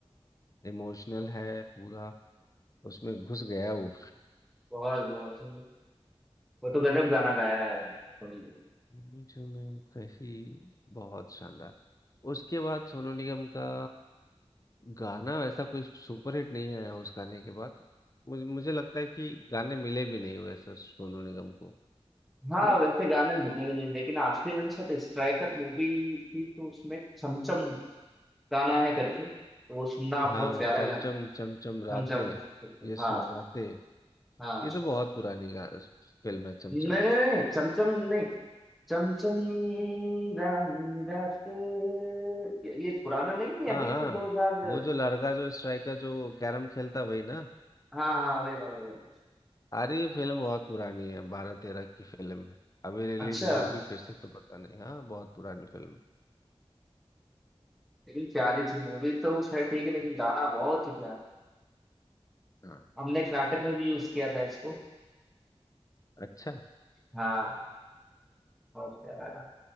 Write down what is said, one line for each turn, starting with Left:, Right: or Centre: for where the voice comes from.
Left: इमोशनल है पूरा उसमें घुस गया वो
Centre: बहुत बहुत सुंदर। वो तो गजब गाना गाया है सोनू निगम
Left: मुझ में कहीं बहुत शानदार उसके बाद सोनू निगम का गाना वैसा कोई सुपरहिट नहीं आया उस गाने के बाद मुझे मुझे लगता है कि गाने मिले भी नहीं वैसे सोनू निगम को
Centre: हाँ
Left: है ना
Centre: वैसे गाने मिले भी नहीं लेकिन आखिरी मैंने शायद स्ट्राइकर मूवी थी तो उसमें छमछम गाना है करके तो वो सुनना बहुत
Left: हाँ
Centre: प्यारा
Left: चम
Centre: गाना
Left: चम
Centre: है
Left: चम चम रातें
Centre: छमछम छमछम,
Left: ये सौगातें
Centre: हाँ हाँ
Left: ये तो बहुत पुरानी गा फिल्म है चम
Centre: नहीं
Left: चम
Centre: नहीं नहीं चमचम नहीं चमचम रानी रात ये, ये पुराना नहीं है
Left: हाँ
Centre: अभी
Left: हाँ
Centre: तो 2000
Left: वो जो लड़का जो स्ट्राइकर जो कैरम खेलता वही ना
Centre: हाँ हाँ वही वाला वही वाला
Left: अरे ये फिल्म बहुत पुरानी है बारह तेरह की फिल्म है अभी रिलीज
Centre: अच्छा
Left: हुई होगी फिर से तो पता नहीं हाँ बहुत पुरानी फिल्म
Centre: लेकिन प्यारी थी मूवी तो खैर ठीक है लेकिन गाना बहुत ही प्यारा
Left: है। हाँ
Centre: हमने एक नाटक में भी यूज किया था इसको
Left: अच्छा
Centre: हाँ बहुत प्यारा गाना